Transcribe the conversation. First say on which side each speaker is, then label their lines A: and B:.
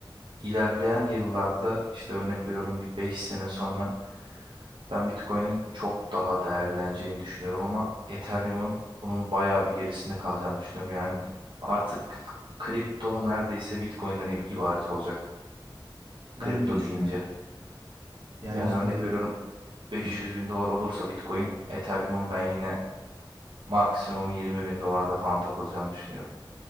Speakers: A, on the right (about 70°); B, on the right (about 40°).
A: ilerleyen yıllarda işte örnek veriyorum bir 5 sene sonra Ben Bitcoin'in çok daha değerleneceğini düşünüyorum ama Ethereum'un bunun bayağı bir gerisinde kalacağını düşünüyorum. Yani artık kripto neredeyse Bitcoin'den ib- ibaret olacak.
B: Ben
A: Kripto
B: de öyle düşünüyorum.
A: deyince.
B: Yani
A: Yani
B: şimdi
A: örnek veriyorum 500
B: hı,
A: bin dolar olursa Bitcoin, Ethereum'un ben yine maksimum 20 bin dolarda falan takılacağını düşünüyorum.